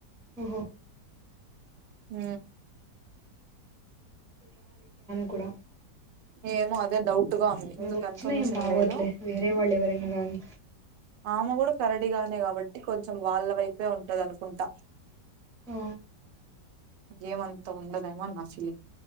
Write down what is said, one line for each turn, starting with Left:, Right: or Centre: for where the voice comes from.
Centre: ఓహో
Right: ఊ
Centre: కుడ
Right: ఏమో అదే డౌట్ గా ఉంది ఇంకా
Centre: వచ్చినా
Right: కన్ఫర్మేషన్
Centre: ఏం బాగోద్దులే
Right: లేదు
Centre: వేరే వాళ్ళు ఎవరైనా రాని
Right: ఆమె కూడా కరడిగానే కాబట్టి కొంచెం వాళ్ళ వైపే ఉంటది అనుకుంటా
Centre: ఆ
Right: ఏమంత ఉండదా ఏమో అని నా ఫీ